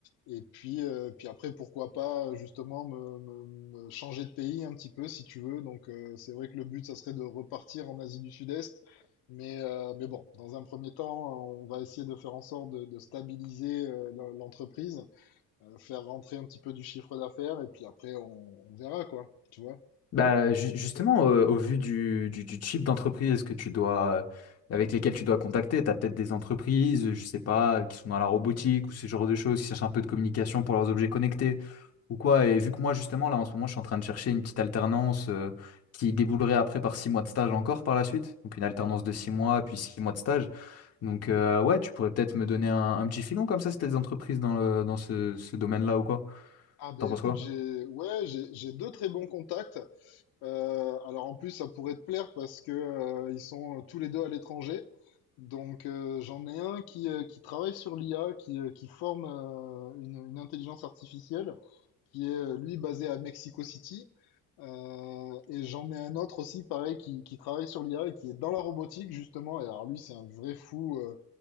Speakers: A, on the left; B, on the left.
A: Et puis, euh, puis après, pourquoi pas justement me, me- me changer de pays un petit peu si tu veux. Donc, euh, c'est vrai que le but, ça serait de repartir en Asie du Sud-Est. Mais, euh, mais bon, dans un premier temps, on va essayer de faire en sorte de, de stabiliser euh, l'en- l'entreprise, euh, faire rentrer un petit peu du chiffre d'affaires et puis après, on, on verra quoi, tu vois.
B: Bah, ju- justement, euh, au vu du, du, du type d'entreprise que tu dois, avec lesquelles tu dois contacter, tu as peut-être des entreprises, je sais pas, qui sont dans la robotique ou ce genre de choses, qui cherchent un peu de communication pour leurs objets connectés ou quoi. Et vu que moi, justement, là, en ce moment, je suis en train de chercher une petite alternance euh, qui déboulerait après par six mois de stage encore par la suite. Donc, une alternance de six mois, puis six mois de stage. Donc, euh, ouais, tu pourrais peut-être me donner un, un petit filon comme ça, si t'as des entreprises dans le, dans ce, ce domaine-là ou quoi.
A: Ah ben
B: T'en penses
A: écoute,
B: quoi?
A: j'ai ouais, j'ai j'ai deux très bons contacts. Euh, alors en plus, ça pourrait te plaire parce que euh, ils sont euh, tous les deux à l'étranger. Donc euh, j'en ai un qui, euh, qui travaille sur l'IA, qui, euh, qui forme euh, une, une intelligence artificielle, qui est euh, lui basé à Mexico City. Euh, et j'en ai un autre aussi, pareil, qui, qui travaille sur l'IA et qui est dans la robotique justement. Et alors lui, c'est un vrai fou, euh,